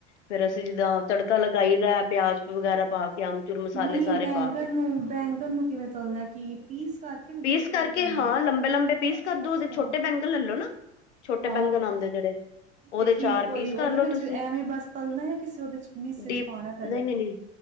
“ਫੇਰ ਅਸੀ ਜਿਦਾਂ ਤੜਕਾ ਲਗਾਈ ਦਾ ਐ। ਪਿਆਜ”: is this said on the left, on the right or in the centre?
Left